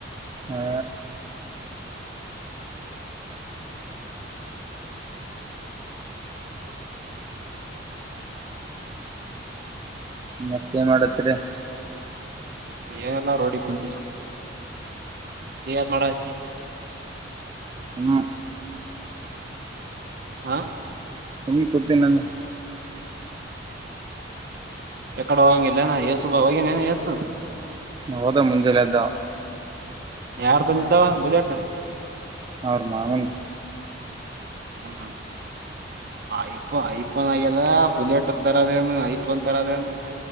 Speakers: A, on the right; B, on the right.
A: ಹಾ ಮತ್ತೇನ ಮಾಡತ್ತಿರಿ.
B: ಏನಿಲ್ಲ ರೋಡಿಗ್ ಕುಂತಿನಿ ನೀ ಏನ್ ಮಾಡಕತ್ತಿ.
A: ಹ
B: ಹಾ
A: ಸುಮ್ಮ ಕುತ್ತಿನ್ ನಾನ್.
B: ಎಕಡ ಹೋಗಂಗಿಲ್ಲೆನ್ ಯಸುಬಾ ಹೋಗ್ಯಾನ್ ಏನ್ ಎಸು.
A: ಹೋದಾ ಮುಂಜ್ಯಲೇ ಎದ್ದ ಅವ್.
B: ಯಾರ ತಂದಿದ್ದ ಅವಾ ಬುಲೆಟ್.
A: ಅವ್ರ ಮಾವಂದ.
B: ಹ್ಮ ಐಫೋ ಐಫೋನ್ ಆಗ್ಯದ ಬುಲೆಟ್ ತರದೇನು ಐಫೋನ್ ತರದೇನು.